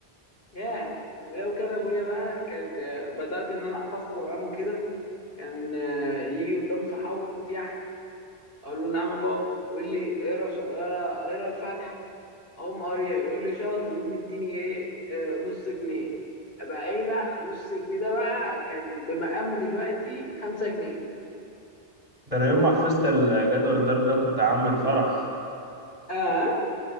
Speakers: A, on the left (about 65°); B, on the right (about 35°).
A: ياه ولو كان ابويا بقى كان آه، بدات ان انا احفظ قران وكده كان آه، يجي قدام صحابه خد يا احمد اقول له نعم يا بابا يقول لي اقرا ش- اقرا اقرا الفاتحه اقوم قاريها يقول لي شاطر يقوم مديني ايه آه، نص جنيه بقى ايه بقى نص جنيه ده بقى كان بمقام دلوقتي خمسة جنيه
B: ده انا يوم ما حفظت الجدول الضرب ده كنت عامل فرح
A: اه